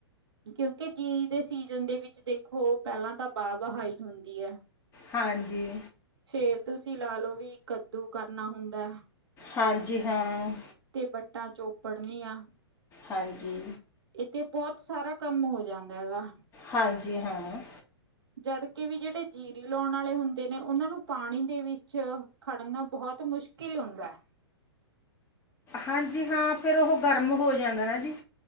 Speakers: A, on the right; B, on the left.
A: ਕਿਉਂਕਿ ਜਿਰੀ ਦੇ ਸੀਜ਼ਨ ਦੇ ਵਿੱਚ, ਦੇਖੋ, ਪਹਿਲਾਂ ਤਾਂ ਬਾਹ-ਵਹਾਈ ਹੁੰਦੀ ਐ।
B: ਹਾਂਜੀ।
A: ਫੇਰ ਤੁਸੀਂ ਲਾ ਲਓ ਵੀ ਕੱਦੂ ਕਰਨਾ ਹੁੰਦਾ ਐ।
B: ਹਾਂਜੀ ਹਾਂ।
A: ਤੇ ਬਟਾ ਚੋਪੜਨੀਆਂ।
B: ਹਾਂਜੀ।
A: ਇੱਥੇ ਬੋਹੜ ਸਾਰਾ ਕੰਮ ਹੋ ਜਾਂਦਾ ਹੈਗਾ।
B: ਹਾਂਜੀ ਹਾਂ।
A: ਜਦ ਕਿ ਵੀ ਜੇੜੇ ਜੀਰੀ ਲਾਉਣ ਵਾਲੇ ਹੁੰਦੇ ਨੇ, ਓਨਾਂ ਨੂੰ ਪਾਣੀ ਦੇ ਵਿੱਚ ਖੜਨਾ ਬੋਹੜ ਮੁਸ਼ਕਿਲ ਹੁੰਦਾ ਐ।
B: ਹਾਂਜੀ ਹਾਂ ਫਿਰ ਉਹ ਗਰਮ ਹੋ ਜਾਂਦਾ ਨਾ ਜੀ।